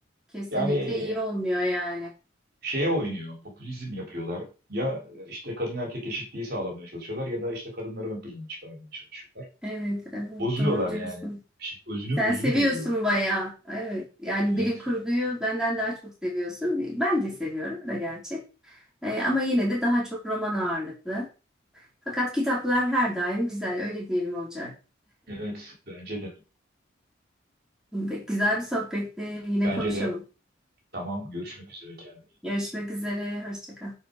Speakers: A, in the centre; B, on the right.
A: kesinlikle
B: Yani e,
A: iyi olmuyor yani.
B: şeye oynuyor, popülizm yapıyorlar. Ya e, işte kadın erkek eşitliği sağlamaya çalışıyorlar ya da işte kadınları ön plana çıkarmaya çalışıyorlar.
A: Evet, evet
B: Bozuyorlar
A: doğru diyorsun.
B: yani. Bir şey, özünü
A: Sen
B: özünü
A: seviyorsun
B: bozuyor.
A: bayağı. Evet. Yani
B: Evet,
A: bilim kurguyu benden daha çok seviyorsun. Ben de seviyorum da gerçi. Ee, ama yine de daha çok roman ağırlıklı. Fakat kitaplar her daim güzel. Öyle diyelim olacak.
B: evet bence de.
A: Pek güzel bir sohbetti. Yine
B: Bence
A: konuşalım.
B: de. Tamam, görüşmek üzere kendine.
A: Görüşmek üzere. Hoşça kal.